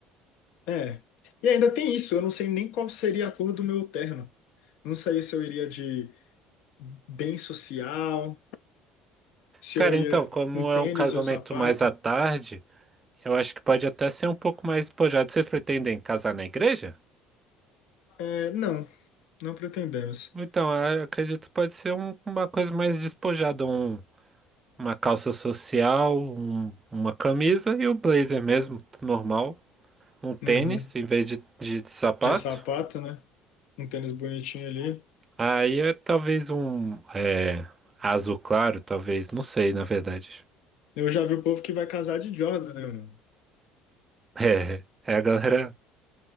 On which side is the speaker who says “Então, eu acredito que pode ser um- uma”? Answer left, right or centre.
Right